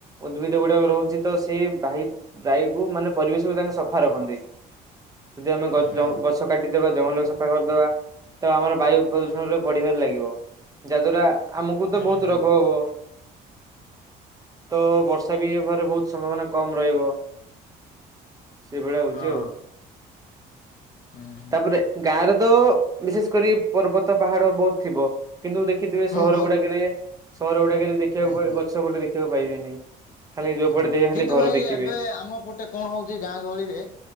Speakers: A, on the right; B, on the left.
A: ଉଦ୍ଭିଦ ଗୁଡାକ ରହୁଛି ତ ସିଏ ଭାଇ ବାୟୁକୁ ମାନେ ପରିବେଶକୁ ତାଙ୍କେ ସଫା ରଖନ୍ତି। ଯଦି ଆମେ ଗଛ
B: ହଁ
A: ଜଙ୍ଗ କାଟିଦବା ଜଙ୍ଗଲକୁ ସଫା କରିଦବା ତ ଆମର ବାୟୁ ପ୍ରଦୂଷଣରେ ବଢିବାରେ ଲାଗିବ ଯାଦ୍ୱାରା ଆମକୁ ତ ବହୁତ
B: ହୁଁ ହୁଁ
A: ରୋଗ ହବ। ତ ବର୍ଷା ବି ହବାରେ ବହୁତ ସମ୍ଭାବନା କମ ରହିବ ସେଭଳିଆ ହଉଛି
B: ହଁ
A: ଆଉ।
B: ହୁଁ ହୁଁ
A: ତାପରେ ଗାଁରେ ତ ବିଶେଷ କରି ପର୍ବତ ପାହାଡ ବହୁତ ଥିବ। କିନ୍ତୁ ଦେଖିଥିବେ
B: ହୁଁ
A: ସହର
B: ବହୁତ
A: ଗୁଡାକେରେ ସହର ଗୁଡାକେରେ ଦେଖିବାକୁ
B: ହୁଁ ହୁଁ
A: ଗଛ ଗୁଟେ ଦେଖିବାକୁ ପାଇବେନି। ଖାଲି ଯୋଉ
B: ହୁଁ
A: ପଟେ ଦେବେ ଖାଲି
B: କିନ୍ତୁ
A: ଘର
B: ଭାଇ
A: ଦେଖିବେ।
B: ଏବେ ଆମ ପଟେ କଣ ହଉଛି ଗାଁ ଗହଳିରେ